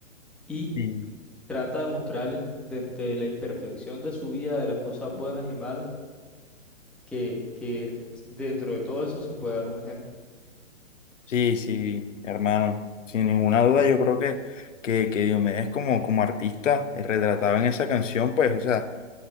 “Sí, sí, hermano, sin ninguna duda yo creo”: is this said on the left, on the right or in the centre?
Left